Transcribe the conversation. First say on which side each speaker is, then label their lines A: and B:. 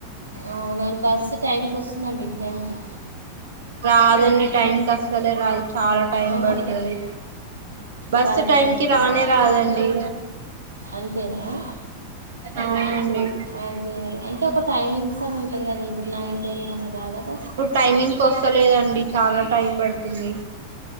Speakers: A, on the right (about 75°); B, on the right (about 55°).
A: అవున బస్సు టైంకి వస్తుందండిండి థ్యాంక్ యూ
B: రాదండి టైం కస్తలే రాదు చాలా టైం
A: ఆ,
B: పడుతుది బస్సు
A: చాలా
B: టైంకిి
A: టైం పడుతుందా
B: రానే రాదండి
A: అంతేనా
B: అవునండి
A: అదే అంటే ఒక టైమింగ్స్ అని ఉంటది కదా ఇప్పుడు నైన్ టెన్ అట్లా కాదా బస్
B: ఇప్పుడు టైమింగ్ వస్తలేదండి చాలా టైం పడుతుంది